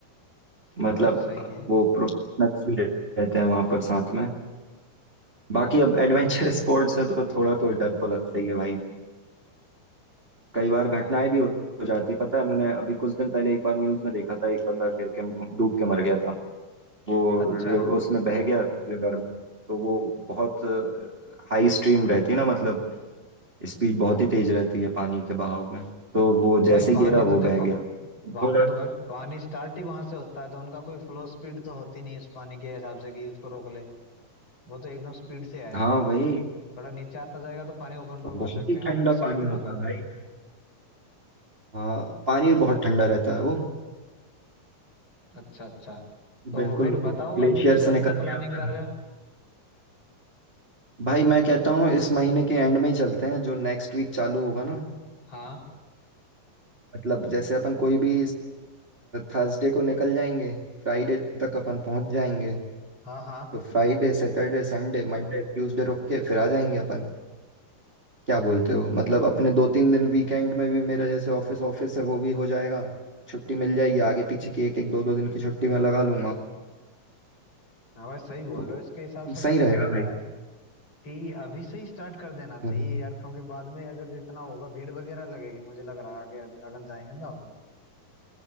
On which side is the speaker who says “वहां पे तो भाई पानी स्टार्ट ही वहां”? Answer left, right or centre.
Left